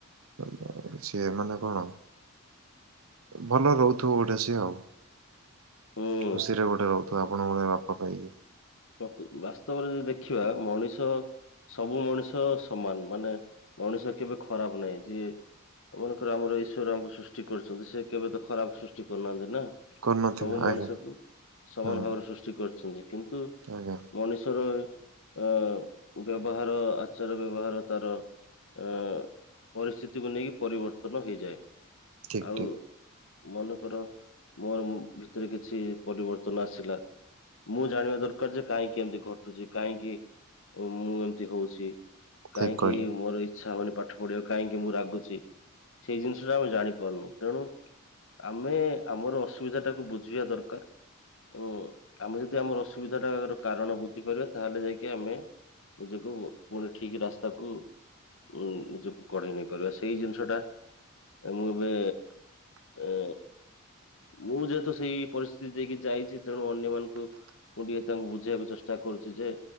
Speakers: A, on the right; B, on the left.
A: ଅ ବା ସିଏ ମାନେ କଣ ଭଲ ରୋହୁଥୁବ ଗୋଟେ ସିଏ ଆଉ।
B: ହୁଁ
A: ଖୁସିରେ ଗୋଟେ ରୋହୁଥୁବ ଆପଣଙ୍କ ଭଳିଆ ବାପା ପାଇକି।
B: ପ୍ରକୁ- ବାସ୍ତବରେ ଯଦି ଦେଖିବା ମଣିଷ ସବୁ ମଣିଷ ସମାନ୍ ମାନେ ମଣିଷ କେବେ ଖରାପ୍ ନାଇ ଯିଏ <unintelligible> ମନେକର ଆମର ଈଶ୍ୱର ଆମକୁ ସୃଷ୍ଟି କରିଚନ୍ତି ସେ କେବେ ତ ଖରାପ୍ ସୃଷ୍ଟି କରିନାହାନ୍ତି ନା।
A: କରିନଥିବେ
B: ସବୁ ମଣିଷକୁ
A: ଆଜ୍ଞା
B: ସମାନ୍
A: ହୁଁ
B: ଭାବରେ ସୃଷ୍ଟି କରିଚନ୍ତି କିନ୍ତୁ
A: ଆଜ୍ଞା।
B: ମଣିଷର ଅ- ବ୍ୟବହାର ଆଚାର ବ୍ୟବହାର ତାର ଆ- ପରିସ୍ତିତିକୁ ନେଇକି ପରିବର୍ତ୍ତନ ହେଇଯାଏ
A: ଠିକ
B: ଆଉ
A: ଠିକ
B: ମନେକର ମୋର୍-ମ ଭିତେରେ କିଛି ପରିବର୍ତ୍ତନ ଆସିଲା ମୁଁ ଜାଣିବା ଦରକାର୍ ଯେ କାଇଁକି ଏମିତି ଘଟୁଚି କାଇଁକି ମୁଁ ଏମତି ହଉଚି
A: ଠିକ
B: କାଇଁକି
A: କହିଲେ
B: ମୋର ଇଚ୍ଛା ହଉନି ପାଠ ପଢିବାକୁ କାଇଁକି ମୁଁ ରାଗୁଚି। ସେଇ ଜିନିଷଟା ଆମେ ଜାଣିପାରୁନୁ। ତେଣୁ ଆମେ ଆମର ଅସୁବିଧାଟାକୁ ବୁଝିବା ଦରକାର୍। ଏବଂ ଆମେ ଯଦି ଆମର ଅସୁବିଧାଟାର କାରଣ ବୁଝି ପାରିବା ତାହେଲେ ଯାଇକି ଆମେ ନିଜକୁ ପୁଣି ଠିକ୍ ରାସ୍ତାକୁ ଉଁ -ନିଜକୁ କଢେଇ ନେଇ ପାରିବା ସେ ଏଇ ଜିନିଷଟା ମୁଁ ଏବେ ଏ ମୁଁ ଯେହେତୁ ସେଇ ପରିସ୍ଥିତି ଦେଇକି ଯାଇଚି ତେଣୁ ଅନ୍ୟମାନଙ୍କୁ ମୁଁ ଟିକେ ତାଙ୍କୁ ବୁଝେଇବାକୁ ଚେଷ୍ଟା କରୁଚି ଯେ